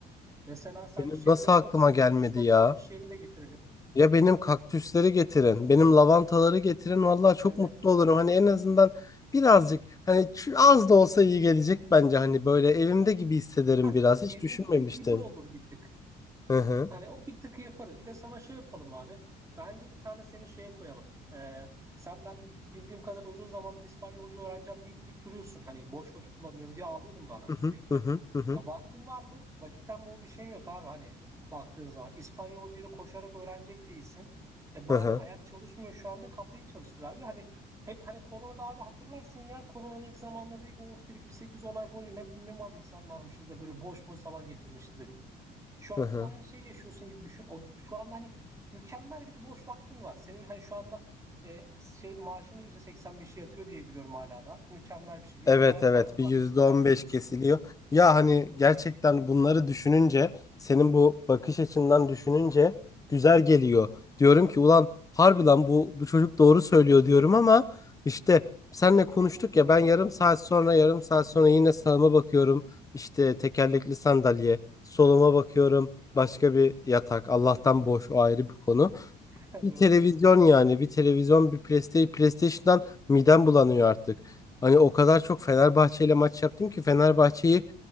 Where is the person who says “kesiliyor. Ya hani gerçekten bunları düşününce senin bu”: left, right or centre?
Left